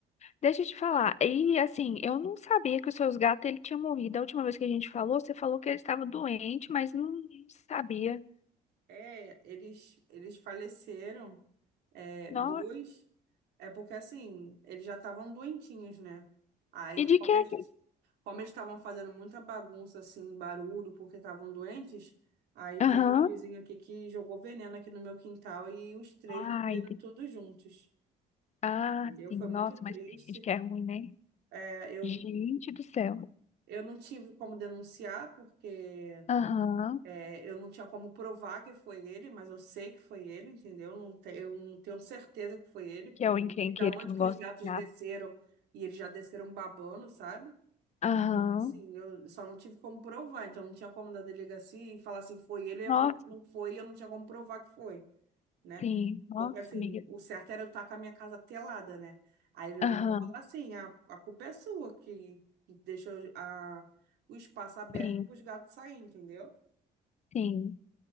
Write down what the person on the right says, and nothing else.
é, eles, eles faleceram, é,
dois, é porque assim, eles já estavam doentinhos, né? Aí,
como
eles,
como eles estavam fazendo muita bagunça, assim, barulho, porque estavam doentes, aí
teve um vizinho aqui que jogou veneno aqui no meu quintal e os três
morreram
todos juntos,
entendeu?
Foi muito
triste.
É, eu,
eu não tive como denunciar, porque
É, eu não tinha como provar que foi ele, mas eu sei que foi ele, entendeu? Não te- eu não tenho certeza que foi ele, porque
e da onde
que
os gatos
desceram e eles já desceram babando, sabe?
Então, assim, eu só não tive como provar, então não tinha como dar delegacia e falar assim, foi ele, e
ia falar que não foi, e eu não tinha como provar que foi, né?
Porque, assim,
o certo era eu estar com a minha casa telada, né? Aí ele
ainda vai falar assim, a, a culpa é sua que que deixou a, o espaço aberto
para os gatos saírem, entendeu?